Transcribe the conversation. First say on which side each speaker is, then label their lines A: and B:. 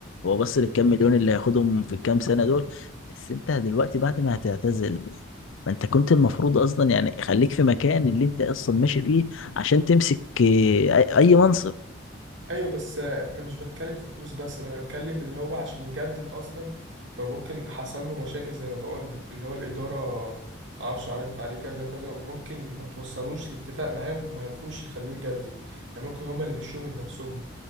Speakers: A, on the left; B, on the right.
A: هو بص للكام
B: مم.
A: مليون اللي هياخدهم في الكام سنة دول بس انت دلوقتي بعد ما هتعتزل ما انت كنت المفروض اصلا يعني خليك في مكان اللي انت اصلا ماشي فيه عشان تمسك آه، اي أي منصب
B: أيوة بس أنا مش بتكلم في فلوس بس أنا بتكلم اللي هو عشان يجدد أصلا ما ممكن حصل له مشاكل زي ما بقولك اللي هو الإدارة معرفش عرضت عليه كذا كذا وممكن ما توصلوش لاتفاق معاه وما يعرفوش يخلوه يجدد يعني ممكن هما اللي مشوه من نفسهم